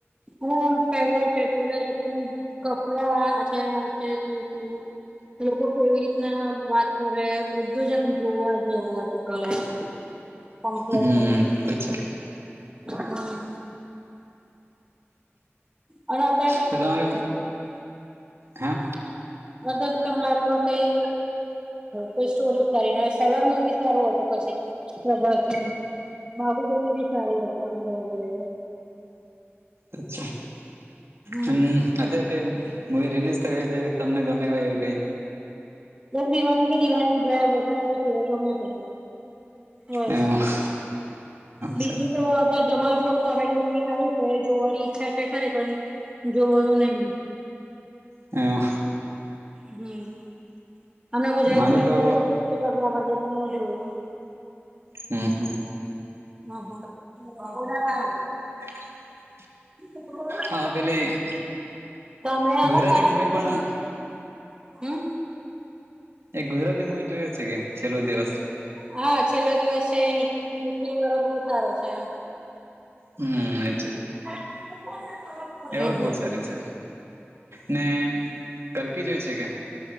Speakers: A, on the right; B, on the right.
A: હવે આમ પેલે છે પેલા લોકોના કપડાઆ છેના આ તે તીના લોકો કેવી રીતના વાત કરે બધું જ આમ જોવા જેવું હતું કલા પંપલા
B: હમ
A: વ
B: તો છે
A: હા. અને અત્યારે
B: તો ગામરે હા
A: અત તો હાલમાં કઈ કોઈ સ્ટોરી કરીને સોલર મુવી સારું હતું પછી વધાર જેમ મારી ગલી બી સારું હતું આમ જોવા જાએ તો.
B: અચ્છા
A: હમ
B: હમ્મ અચ્છા કઈ મુવી રિલીઝ થઈ હોય તો તમને ગમે હોય એ કઈ.
A: એક દિવાણ કે દિવાણી જયા વરસાા આવેય છે એ ગમે તે બસ
B: એવું
A: બીજું
B: છે
A: તો વા ધમાલ કો કોમેડી મુવી આવે છે જોવાની ઈચ્છા છે ખરે પણ જોવુ નહી.
B: હમ્મ.
A: હમ્મ, હમણાં ગુજરાતી
B: મારે
A: માં
B: તો
A: ભી આવ્યું તું તે કપિલા બગરને જોયો.
B: હા હા
A: અહ હા.
B: <unintelligible>
A: <unintelligible>
B: હા પેલી
A: તમે <unintelligible>
B: ગુજરાતી એક મૂવી
A: પછી
B: પણ
A: તો હમ
B: એક ગુજરાતી મુવી જોઈએ છે કે છેલ્લો દિવસ
A: હા છેલ્લો દિવસ છે નિખિલ વાળો બહુ સારો છે એમ
B: હમ એજ
A: <unintelligible>
B: એવો બહુ
A: હમ
B: જ સારી છે ને કલકી જોય છે કે?